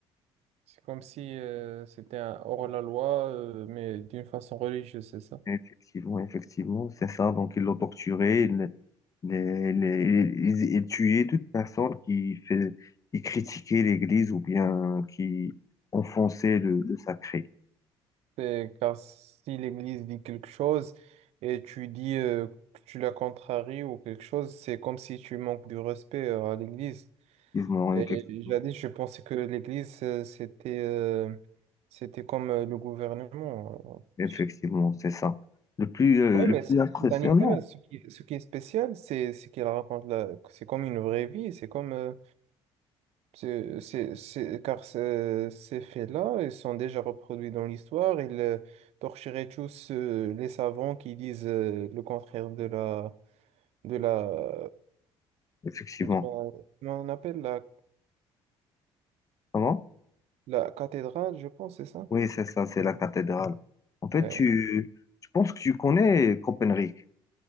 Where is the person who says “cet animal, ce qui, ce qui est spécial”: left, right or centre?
Right